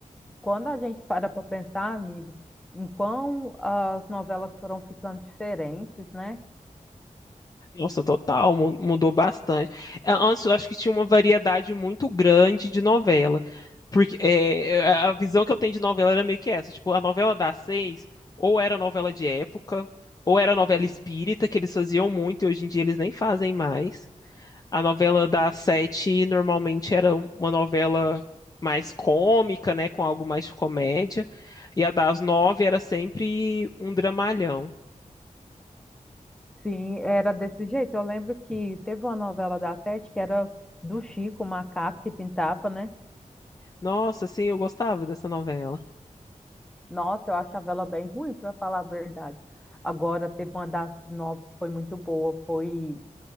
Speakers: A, in the centre; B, on the left.
A: Quando a gente para para pensar, amigo, em quão as novelas foram ficando diferentes, né?
B: Nossa, total, mu- mudou bastante. A- Antes eu acho que tinha uma variedade muito grande de novela. Porque é, a a visão que eu tenho de novela era meio que essa. Tipo, a novela das seis, ou era novela de época, ou era novela espírita, que eles faziam muito e hoje em dia eles nem fazem mais. A novela das sete normalmente era uma novela mais cômica, né? Com algo mais de comédia. E a das nove era sempre um dramalhão.
A: Sim, era desse jeito. Eu lembro que teve uma novela da Sete que era do Chico, o macaco que pintava, né?
B: Nossa, sim, eu gostava dessa novela.
A: Nossa, eu achava ela bem ruim, para falar a verdade. Agora, teve uma das nove que foi muito boa, foi